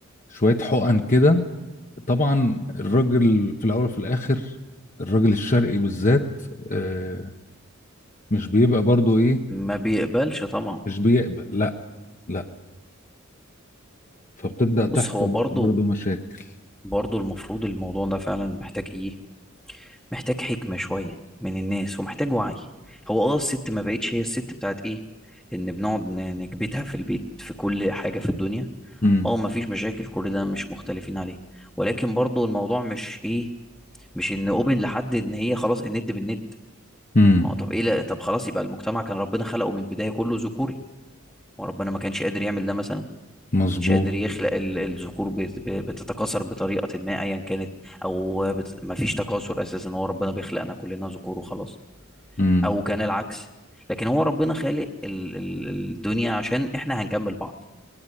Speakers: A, on the left (about 40°); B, in the centre.
A: شوية حقن كده طبعا الراجل في الأول وفي الآخر الراجل الشرقي بالذات آه، مش بيبقى برضو ايه
B: ما بيقبلش طبعا
A: مش بيقبل لا لا فبتبدأ تحصل
B: بص هو برضو
A: برضو مشاكل
B: برضو المفروض الموضوع ده فعلا محتاج ايه محتاج حكمة شوية من الناس ومحتاج وعي هو اه الست ما بقتش هي الست بتاعت ايه ان بنقعد ن- نكبتها في البيت في كل حاجة في الدنيا
A: امم
B: اه ما فيش مشاكل كل ده مش مختلفين عليه ولكن برضو الموضوع مش ايه مش ان اوبن لحد ان هي خلاص الند بالند
A: امم
B: ما هو طب ايه لا طب خلاص يبقى المجتمع كان ربنا خلقه من البداية كله ذكوري وربنا ما كانش قادر يعمل ده مثلا
A: مظبوط
B: كانش قادر يخلق ال- الذكور بت- بتتكاثر بطريقة ما أيا كانت أو بت... مفيش تكاثر أساسا هو ربنا بيخلقنا كلنا ذكور وخلاص
A: امم
B: أو كان العكس لكن هو ربنا خالق ال... ال- الدنيا عشان إحنا هنكمل بعض